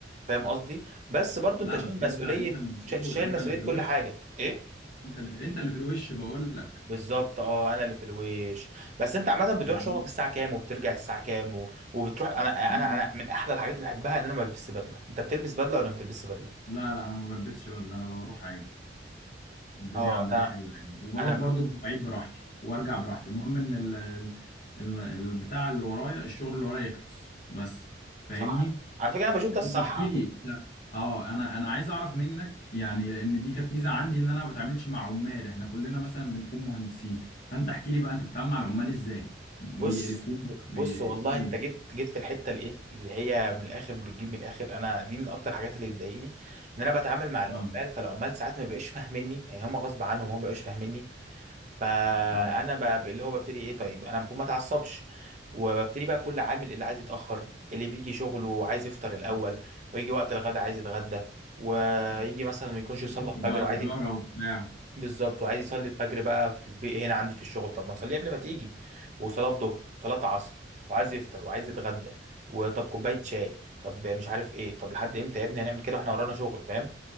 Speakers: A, on the right (about 40°); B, on the left (about 50°).
A: فاهم قصدي بس برضو
B: لا
A: أنت شايل
B: بس
A: مسؤولية
B: انت انت المسؤول
A: شا- شايل
B: انت
A: مسؤولية
B: اللي في الوش
A: كل حاجة إيه
B: انت اللي في انت اللي في الوش بقول لك
A: بالظبط اه انا اللي في الويش بس انت عامه بتروح
B: فاهمني
A: شغلك الساعه كام وبترجع الساعه كام و... وبتروح انا
B: آه.
A: انا انا من احلى الحاجات اللي بحبها ان انا ما بلبسش بدله انت بتلبس بدله ولا ما بتلبسش بدله
B: لا لا انا ما بلبسش بدله انا بروح عادي الدنيا
A: اه
B: عندنا
A: انا
B: حلوه يعني وبروح
A: انا
B: برضو بمواعيد براحتي وارجع براحتي المهم ان ال... ال... ال- البتاع اللي ورايا الشغل اللي ورايا يخلص بس فاهمني
A: صح على فكره انا بشوف ده الصح
B: انت احكي
A: على
B: لي
A: فكره
B: انت اه انا انا عايز اعرف منك يعني لان دي كانت ميزه عندي ان انا ما بتعاملش مع عمال احنا كلنا مثلا بنكون مهندسين فانت احكي لي بقى انت بتتعامل مع العمال ازاي بيقرفوك
A: بص
B: بيقول
A: بص والله انت
B: لي
A: جيت جيت في الحته الايه اللي هي من الاخر بتجيب من الاخر انا دي من اكتر الحاجات اللي بتضايقني ان انا بتعامل مع العمال
B: اه
A: فالعمال ساعات ما بيبقوش فاهميني يعني هم غصب عنهم هم ما بيبقوش فاهميني فانا
B: امم
A: ب- اللي هو ببتدي ايه طيب انا المفروض ما اتعصبش وببتدي بقى كل عامل اللي عايز يتاخر اللي بيجي شغله عايز يفطر الاول ويجي وقت الغدا عايز يتغدى ويجي مثلا ما يكونش يصلي
B: بشرب
A: الفجر
B: بقى
A: وعايز
B: سجاره
A: يت-
B: وبتاع
A: بالظبط وعايز يصلي الفجر بقى في البيت هنا عندي في الشغل طب ما تصلي قبل ما تيجي وصلاه ظهر وصلاه عصر وعايز يفطر وعايز يتغدى وطب كوبايه شاي طب مش عارف ايه طب لحد امتى يا ابني هنعمل كده واحنا ورانا شغل فاهم